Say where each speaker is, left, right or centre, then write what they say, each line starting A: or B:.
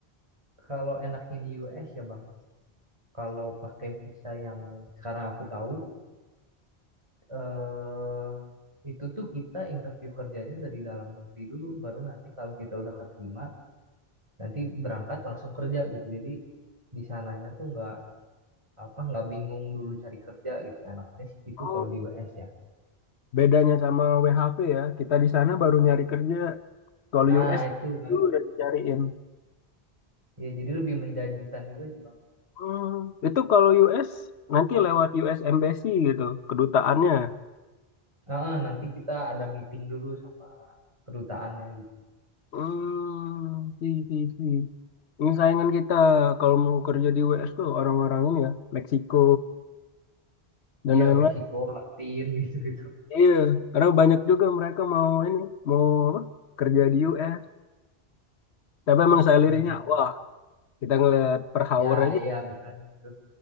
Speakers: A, on the right; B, on the left.
A: kalau enaknya di US ya Bang, kalau pakai visa yang sekarang aku tahu eh itu tuh kita interview kerjanya dari dalam negeri dulu, baru nanti kalau kita udah keterima, nanti berangkat langsung kerja gitu. Jadi di sananya tuh nggak apa nggak bingung dulu cari kerja gitu enaknya sih itu
B: oh,
A: kalau di US ya
B: bedanya sama WHV ya, kita di sana baru nyari kerja. Kalau
A: nah
B: US
A: itu kan
B: dulu udah dicariin.
A: ya jadi lebih menjanjikan juga sih bang
B: Hmm, itu kalau US nanti lewat US Embassy gitu, kedutaannya.
A: ah nanti kita ada meeting dulu sama kedutaannya gitu
B: Hmm, si, si, si. Ini saingan kita kalau mau kerja di US tuh orang-orang ini ya, Meksiko dan
A: ya
B: lain-lain.
A: Meksiko Latin <laughs> gitu gitu
B: Iya, karena banyak juga mereka mau ini, mau apa, kerja di US. Tapi emang salarynya,
A: hmm
B: wah, kita ngeliat per hour
A: ya
B: aja,
A: iya makanya tuh